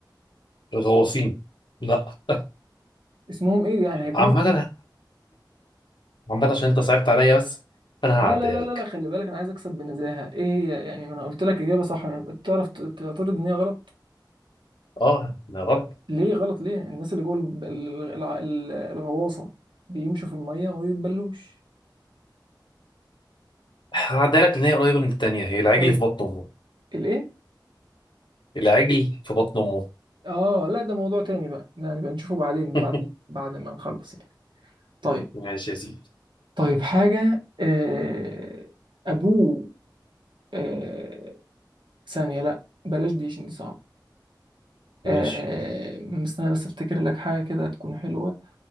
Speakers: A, on the left; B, on the right.
A: الغواصين لا <laughs>
B: اسمهم ايه يعني هيكون
A: عامه
B: اسمهم إيه؟
A: عامه عشان انت صعبت عليا بس فانا
B: لا
A: هعديها
B: لا لا
A: لك
B: لا لا خلي بالك انا عايز اكسب بنزاهه ايه هي يعني ما انا قلت لك اجابه صح يعني تعرف ت- تعترض ان هي غلط
A: اه ده غلط
B: ليه غلط ليه الناس اللي جوه الب- ال- الع- ال- الغواصه بيمشوا في الميه وما بيتبلوش
A: هعديها لك لان هي قريبه من التانيه هي العجل
B: طيب
A: في بطن امه
B: الايه
A: العجل في بطن امه
B: اه لا ده موضوع تاني بقى ده هنبقى نشوفه بعدين
A: <laughs>
B: بعد بعد ما نخلص يعني. طيب
A: ماشي يا سيدي
B: طيب حاجة آه، أبوه آه، ثانية لأ بلاش دي عشان دي صعبة
A: ماشي
B: آه، مستني بس أفتكر لك حاجة كده تكون حلوة